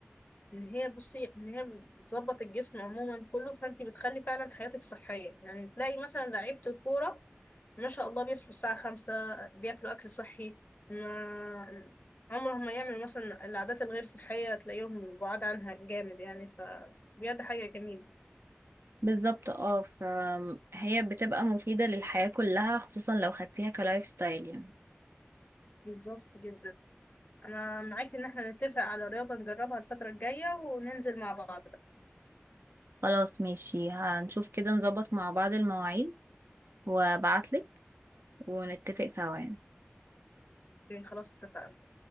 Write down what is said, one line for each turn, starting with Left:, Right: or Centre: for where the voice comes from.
Left: إن هي بصي إن هي بتظبط الجسم عموما كله فأنت بتخلي فعلا حياتك صحية يعني تلاقي مثلا لعيبة الكورة ما شاء الله بيصحوا الساعة خمسة بياكلوا أكل صحي ما عمرهم ما يعملوا مثلا العادات الغير صحية تلاقيهم بعاد عنها جامد يعني فبجد حاجة جميلة
Right: بالظبط اه فهي بتبقى مفيدة للحياة كلها خصوصا لو خدتيها كلايف ستايل يعني
Left: بالظبط جدا انا معاك ان احنا نتفق على رياضة نجربها الفترة الجاية وننزل مع بعض بقى
Right: خلاص ماشي هنشوف كده نظبط مع بعض المواعيد وابعتلك ونتفق سوا يعني
Left: يعني خلاص اتفقنا